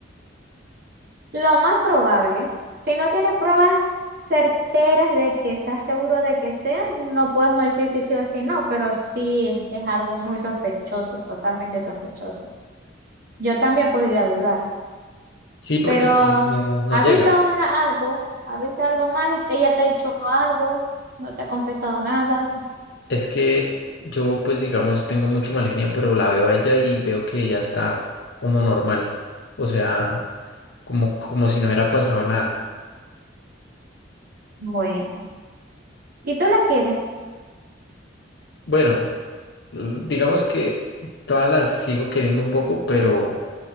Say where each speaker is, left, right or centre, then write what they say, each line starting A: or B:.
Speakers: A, on the right (about 50°); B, on the left (about 60°).
A: Lo más probable, si no tienes pruebas certeras de que estás seguro de que sea, no podemos decir si sí o si no, pero sí es algo muy sospechoso, totalmente sospechoso. Yo también podría dudar.
B: Sí, porque
A: Pero
B: es que no, no
A: ¿ha
B: llega.
A: visto una, algo? ¿Ha visto algo más? ¿E-, ¿Ella te ha dicho algo? ¿No te ha confesado nada?
B: Es que yo pues digamos tengo mucho mal genio, pero la veo a ella y veo que ella está como normal. O sea... como, como si no hubiera pasado nada.
A: Bueno. ¿Y tú la quieres?
B: Bueno, l- digamos que todas las sigo queriendo un poco, pero,